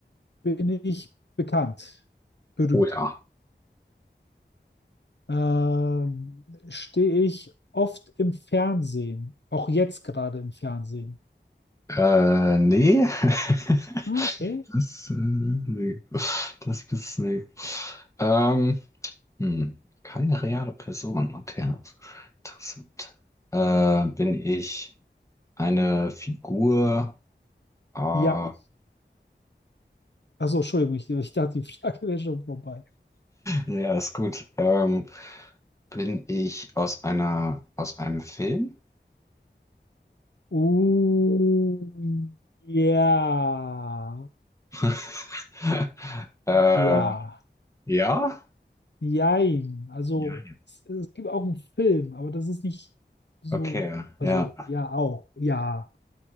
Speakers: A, on the left; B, on the left.
A: bin ich bekannt? Berühmt?
B: Oh ja.
A: Ähm, stehe ich oft im Fernsehen? Auch jetzt gerade im Fernsehen?
B: Äh, nee. <laughs>
A: Okay.
B: Das, äh, nee. Das bist nee. Ähm, hm. Keine reale Person. Okay. Interessant. Äh, bin ich eine Figur äh,
A: Ja. Achso, Entschuldigung, ich, ich dachte, die Frage wäre schon vorbei.
B: Ja, ist gut. Ähm, bin ich aus einer, aus einem Film?
A: Uh, ja.
B: <laughs> Äh,
A: Ja,
B: ja?
A: jein. Also
B: Ja.
A: es, es gibt auch einen Film, aber das ist nicht so,
B: Okay,
A: also
B: ja.
A: ja, auch, ja,